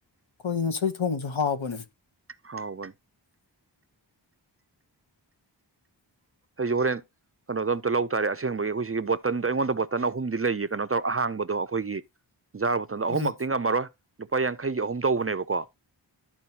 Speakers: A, on the left; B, on the right.
A: ꯀꯣꯕꯤ ꯃ ꯁꯣꯏ ꯊꯣꯡꯕꯁꯨ ꯍꯥꯎꯕꯅꯦ
B: ꯍꯥꯎꯕꯅꯤ ꯑꯩꯁꯦ ꯍꯣꯔꯦꯟ ꯀꯩꯅꯣꯗꯣ ꯑꯝꯇ ꯂꯧ ꯇꯥꯔꯦ ꯑꯁꯦꯡꯕꯒꯤ ꯑꯩꯈꯣꯏꯁꯤꯒꯤ ꯕꯣꯇꯜꯗꯣ ꯑꯩꯉꯣꯟꯗ ꯕꯣꯇꯜ ꯑꯍꯨꯝꯗꯤ ꯂꯩꯌꯦ ꯀꯩꯅꯣ ꯇꯧꯔ ꯑꯍꯥꯡꯕꯗꯣ ꯑꯩꯈꯣꯏꯒꯤ ꯖꯔ ꯕꯣꯠꯇꯜꯗꯣ ꯑꯍꯨꯝꯃꯛꯇꯤ
A: ꯎꯝ
B: ꯉꯝꯃꯔꯣꯏ ꯂꯨꯄꯥ ꯌꯥꯡꯈꯩꯒꯤ ꯑꯍꯨꯝ ꯇꯧꯕꯅꯦꯕꯀꯣ